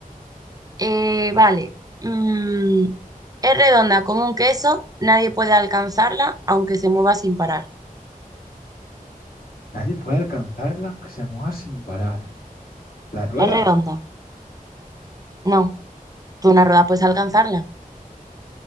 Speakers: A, on the right; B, on the left.
A: Eh, vale. Mm, es redonda como un queso, nadie puede alcanzarla, aunque se mueva sin parar.
B: Nadie puede alcanzarla aunque se mueva sin parar. ¿La rueda?
A: Es redonda. No, tú una rueda puedes alcanzarla.